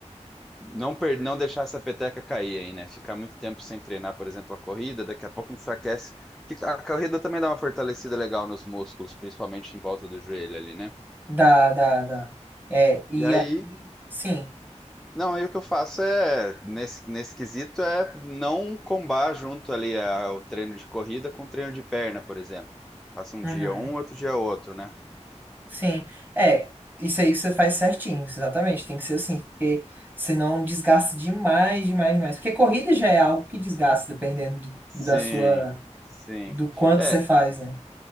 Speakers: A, in the centre; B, on the right (about 15°).
A: não, per- não deixar essa peteca cair aí, né? Ficar muito tempo sem treinar, por exemplo, a corrida, daqui a pouco enfraquece. Que A corrida também dá uma fortalecida legal nos músculos, principalmente em volta do joelho ali, né?
B: Dá, dá, dá. É, e
A: E aí,
B: aí, sim.
A: não, aí o que eu faço é, nesse, nesse quesito, é não combar junto ali a- o treino de corrida com o treino de perna, por exemplo. Faço um
B: Uhum,
A: dia um, outro dia outro, né?
B: sim. É, isso aí você faz certinho, exatamente. Tem que ser assim, porque senão desgasta demais, demais, demais. Porque corrida já é algo que desgasta, dependendo
A: Sim,
B: do, da sua,
A: sim.
B: do quanto
A: É,
B: você faz, né?